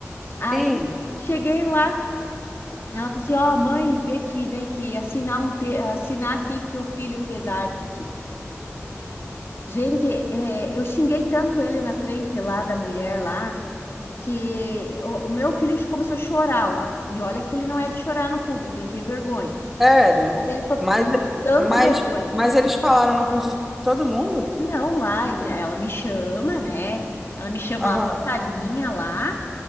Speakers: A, on the left; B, in the centre.
A: Aí
B: Sim.
A: cheguei lá, ela falou assim: "Ó, mãe, vem aqui, vem aqui, assinar um te assinar aqui que o filho fez arte aqui". Gente, é, eu xinguei tanto ele na frente lá da mulher lá que o, o meu filho começou a chorar lá. E olha que ele não é de chorar no público, ele tem vergonha.
B: Sério?
A: Mas ele ficou
B: Mas,
A: com tanta
B: mas,
A: vergonha.
B: mas eles falaram na frente de todo mundo?
A: Não, lá ele- ela me chama, né? Ela me chama
B: Aham.
A: lá na salinha lá